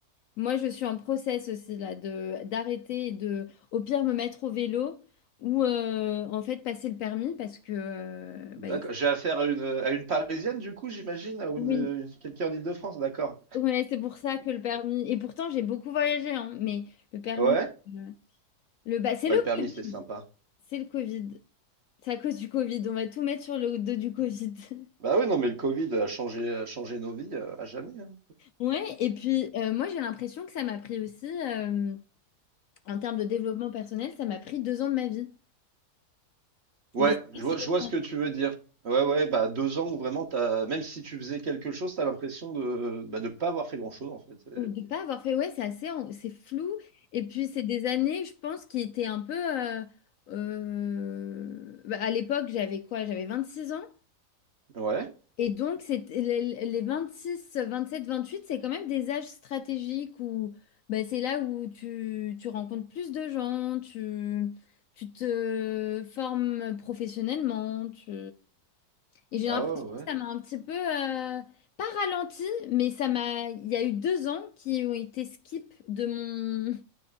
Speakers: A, on the left; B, on the right.
A: Moi, je suis en process aussi, là, de d'arrêter et de, au pire, me mettre au vélo ou, euh, en fait, passer le permis parce que... euh,
B: D'accord.
A: bah, il-
B: J'ai affaire à une, à une Parisienne, du coup, j'imagine, ou
A: oui,
B: une, une- quelqu'un en Île-de-France, d'accord.
A: ouais, c'est pour ça que le permis... Et pourtant, j'ai beaucoup voyagé, hein, mais le permis...
B: Ouais.
A: euh, Le... Bah, c'est
B: Ouais,
A: le
B: le permis,
A: Covid,
B: c'est sympa.
A: c'est le Covid. C'est à cause du Covid, on va tout mettre sur le dos du Covid. <laughs>
B: Bah oui, non, mais le Covid a changé, a changé nos vies euh, à jamais. hein.
A: Ouais, et puis euh, moi j'ai l'impression que ça m'a pris aussi, euh, en termes de développement personnel, ça m'a pris deux ans de ma vie.
B: Ouais,
A: Je sais pas
B: je
A: si
B: vois,
A: t'as-
B: je vois
A: ça.
B: ce que tu veux dire. Ouais, ouais, bah deux ans où vraiment t'as, même si tu faisais quelque chose, t'as l'impression de, bah, de pas avoir fait grand-chose en fait.
A: ou de pas avoir fait, ouais, c'est assez, en- c'est flou. Et puis c'est des années, je pense, qui étaient un peu. euh, euh, bah, à l'époque, j'avais quoi? J'avais vingt six ans.
B: Et- Ouais,
A: Et donc, c'est les les sept vingt-huit, c'est quand même des âges stratégiques où ben, c'est là où tu, tu rencontres plus de gens, tu, tu te formes professionnellement. Tu... Et j'ai
B: ah
A: l'impression
B: ouais,
A: que
B: ouais. ouais.
A: ça m'a un petit peu, euh, pas ralenti, mais ça m'a, il y a eu deux ans qui ont été skip de mon...